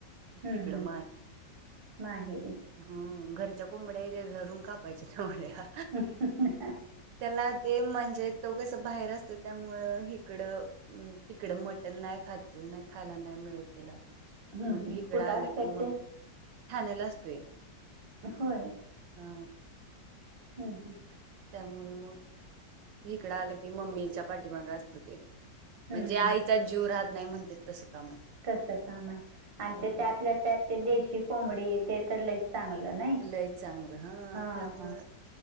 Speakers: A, on the right; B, on the right.
A: हम्म
B: तिकडं
A: हम्म माहेरी
B: ह घरच्या कोंबड्या त्या झरून कापायच्या ते मुड्या
A: ह्
B: त्याला ते म्हणजे तो कस बाहेर असतो त्यामुळं हिकडं हम् तिकड मटण नाही खातातो नाही खायला नाही मिळत तला
A: हम्म
B: मग
A: हम्म
B: तू इकडं
A: कुठं
B: आलं
A: असतात
B: की मग
A: ते
B: ठाण्याला असतोय
A: होय
B: हा
A: हम्म हम्
B: त्यामुळे मग इकडं आलं की मम्मीच्या पाठीमागे असतो ते म्हणजे
A: हम्म
B: आईचाच जीव राहत नाही म्हणत तसं काम आहे
A: तस काम आहे आणि
B: हा
A: ते त्यातल्या त्यात ते देशी कोंबडी ते तर ल चांगलं नाही
B: लय चांगलं हा
A: ह
B: त्यामुळं